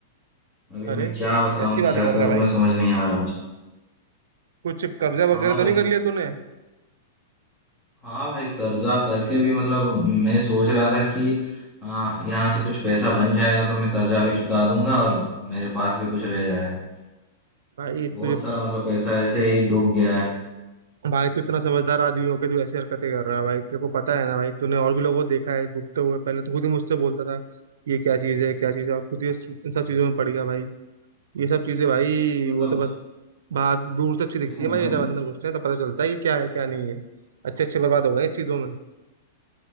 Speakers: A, on the left (about 25°); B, on the right (about 75°).
A: अभी
B: अरे
A: मैं
B: कैसी
A: क्या बताऊं
B: बातें
A: क्या
B: कर
A: करूं
B: रहा है भाई
A: मैं समझ नहीं आ रहा मुझे
B: कुछ कर्जा
A: हाँ
B: वगैरह तो
A: भाई
B: नहीं कर लिया तूने
A: हाँ भाई कर्जा करके भी मतलब मैं सोच रहा था कि आ, यहाँ से कुछ पैसा बन जाएगा तो मैं कर्जा भी चुका दूंगा और मेरे पास भी कुछ रह जाएगा
B: भाई
A: बहुत
B: तुझे
A: सारा मतलब पैसा ऐसे ही डूब गया है
B: भाई तू इतना समझदार आदमी हो के तू ऐसी हरकतें कर रहा है भाई तेरे को पता है ना भाई तूने और भी लोगों को देखा है डूबते हुए पहले तो खुद ही मुझसे बोलता था ये क्या चीज़ है क्या चीज़ है और खुद ही इस- इन सब चीज़ों में पड़ गया भाई ये सब चीज़ें भाई
A: मतलब
B: वो तो बस बाहर दूर से अच्छी दिखती
A: हाँ
B: है भाई ये जब अंदर घुसते हैं तो पता चलता है कि क्या है क्या नहीं है अच्छे अच्छे बर्बाद हो गए इस चीज़ों में